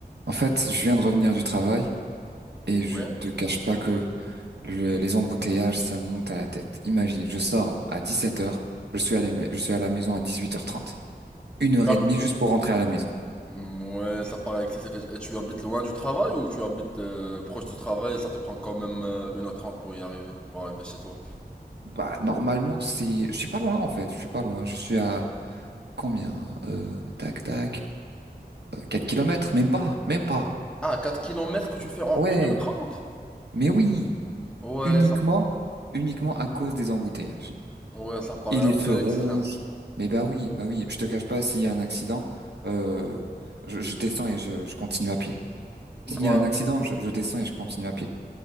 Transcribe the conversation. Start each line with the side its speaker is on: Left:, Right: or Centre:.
Right: En fait, je viens de revenir du travail et je
Centre: Ouais.
Right: te cache pas que le- les embouteillages, ça me monte à la tête. Imagine, je sors à 17 heures, je suis à la, je suis à la maison à 18h30. Une heure
Centre: Mar-
Right: et demie juste pour rentrer à la maison.
Centre: Ouais, ça paraît excessif. Et tu habites loin du travail ou tu habites euh, proche du travail et ça te prend quand même euh, une heure trente pour y arriver, pour arriver chez toi?
Right: Bah, normalement, c'est, je suis pas loin, en fait. Je suis pas loin. Je suis à combien? Euh, tac, tac. euh, 4 kilomètres, même pas, même pas.
Centre: Ah, 4 kilomètres que tu fais en
Right: Ouais,
Centre: une heure trente.
Right: mais oui,
Centre: Ouais,
Right: uniquement,
Centre: ça,
Right: uniquement à cause des embouteillages.
Centre: ouais, ça paraît
Right: Et les
Centre: un
Right: feux
Centre: peu
Right: rouges.
Centre: extrême.
Right: Mais bah oui, bah oui, je te cache pas, s'il y a un accident, euh, je, je descends et je, je continue à pied.
Centre: Voilà.
Right: S'il y a un accident, je, je descends et je continue à pied.